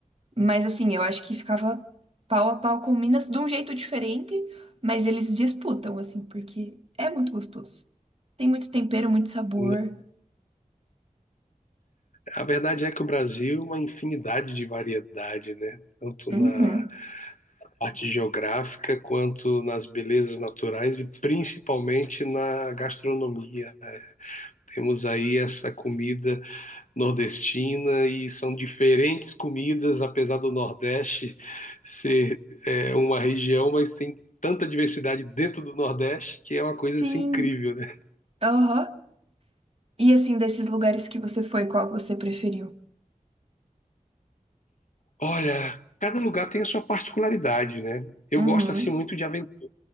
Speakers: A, on the right; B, on the left.
A: Mas assim, eu acho que ficava pau a pau com Minas de um jeito diferente, mas eles disputam assim, porque é muito gostoso. Tem muito tempero, muito sabor.
B: Não. A verdade é que o Brasil é uma infinidade de variedade, né? Tanto na
A: Uhum.
B: parte geográfica quanto nas belezas naturais e principalmente na gastronomia. né? Temos aí essa comida nordestina e são diferentes comidas, apesar do Nordeste ser é, uma região, mas tem tanta diversidade dentro do Nordeste que é uma coisa
A: Sim.
B: assim, incrível, né?
A: Aham. E assim, desses lugares que você foi, qual que você preferiu?
B: Olha, cada lugar tem a sua particularidade, né? Eu
A: Uhum.
B: gosto assim muito de aventura,